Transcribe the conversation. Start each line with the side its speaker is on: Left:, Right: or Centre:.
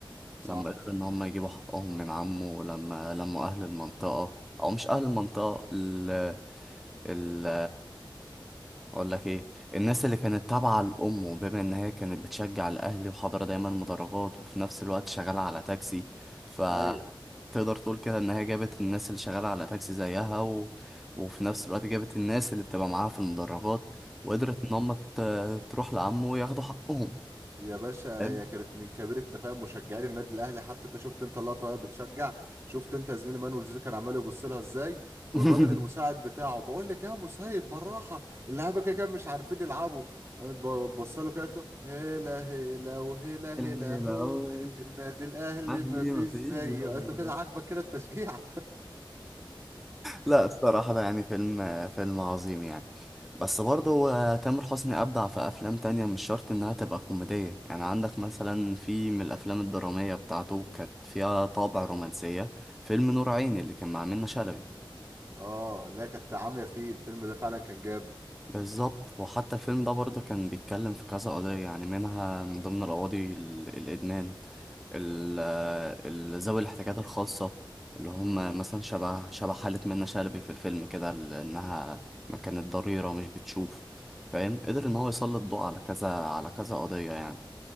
Right: صح
Centre: لما قدروا ان هم يجيبوا حقهم من عمه لما لموا اهل المنطقة او مش اهل المنطقة ال ال اقول لك ايه الناس اللي كانت تابعة لامه بما ان هي كانت بتشجع الاهلي وحاضرة دايما مدرجات وفي نفس الوقت شغالة على تاكسي فتقدر
Right: ايوه
Centre: تقول كده ان هي جابت الناس اللي شغالة على تاكسي زيها و... وفي نفس الوقت جابت الناس اللي بتبقى معاها في المدرجات وقدرت
Right: مم.
Centre: ان هم ت... تروح لعمه وياخدوا حقهم
Right: يا باشا
Centre: فاهم؟
Right: هي كانت من كبير التفاهم مشجعين النادي الاهلي حتى انت شفت انت اللقطه وهي بتشجع شفت انت يا زميلي مانويل جوزيه كان عمال يبص لها ازاي
Centre: <laughs>
Right: والراجل المساعد بتاعه بقول لك يا مسيد بالراحه اللعيبه كده كده مش عارفين يلعبوا بص له كده قالت له هلا هلا وهلا هلا
Centre: العيلة
Right: هو
Centre: أو
Right: النادي الاهلي
Centre: أهلي
Right: ما فيش
Centre: ما فيش
Right: زيه
Centre: زيه
Right: قالت له كده عاجبك كده التشجيع
Centre: لا الصراحة ده يعني فيلم فيلم عظيم يعني بس برضه هو تامر حسني أبدع في أفلام تانية مش شرط إنها تبقى كوميدية يعني عندك مثلا في من الأفلام الدرامية بتاعته كانت فيها طابع رومانسية فيلم نور عيني اللي كان مع منة شلبي
Right: <laughs> اه لا كانت عاميه فيه الفيلم ده فعلا كان جامد
Centre: بالظبط وحتى الفيلم ده برضه كان بيتكلم في كذا قضية يعني منها من ضمن القواضي ال- الإدمان ال- ال- ذوي الاحتياجات الخاصة اللي هم
Right: مم.
Centre: مثلا شبه شبه حالة منة شلبي في الفيلم كده لأنها ما كانت ضريرة ومش بتشوف فاهم قدر إن هو يسلط ضوء على كذا على كذا قضية يعني